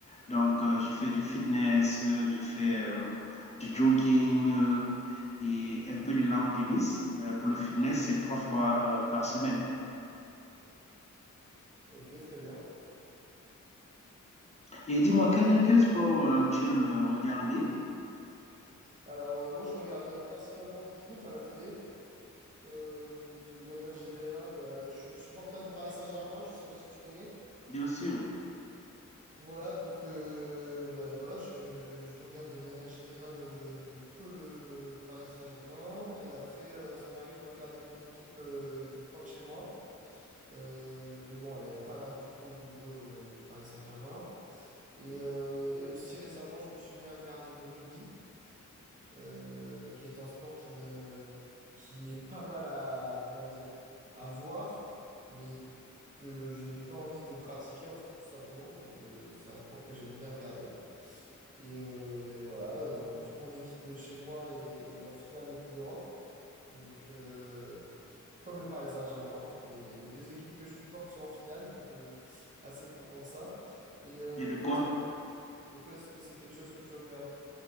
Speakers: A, on the left; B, on the right.
A: Donc, euh, je fais du fitness, euh, je fais euh, du jogging euh, et un peu de lawn tennis. Euh, pour le fitness, c'est trois fois euh, par semaine.
B: Ok, très bien.
A: Et dis-moi, quel, quel sport euh, tu aimes euh, regarder?
B: Alors, euh, moi, je regarde euh, principalement du foot à la télé. Euh, de manière générale, bah, je suis supporter du Paris Saint-Germain, je sais pas si tu connais.
A: Bien sûr,
B: Voilà, donc euh, bah, voilà, je, je regarde de manière générale euh, que le Paris Saint-Germain. Et après, euh, ça m'arrive de regarder mon équipe euh, du coin de chez moi. Euh, mais bon, elle n'est pas du tout au niveau euh, du Paris Saint-Germain. Et, euh, et aussi récemment, je me suis mis à regarder du rugby, euh, qui est un sport qui me, qui est pas mal à, comment dire, à voir, mais que je n'ai pas envie de pratiquer, entre- tout simplement. Donc, euh, c'est un sport que j'aime bien regarder. Et, euh, et voilà, euh, en plus, mon équipe de chez moi est, est en finale de Coupe d'Europe. Donc, euh, comme le Paris Saint-Germain en fait. Mais les deux équipes que je supporte sont en finale, donc euh, assez content de ça. Et, euh,
A: il y
B: et
A: a de
B: toi,
A: quoi.
B: est-ce, et toi, est-ce que c'est quelque chose que tu regardes?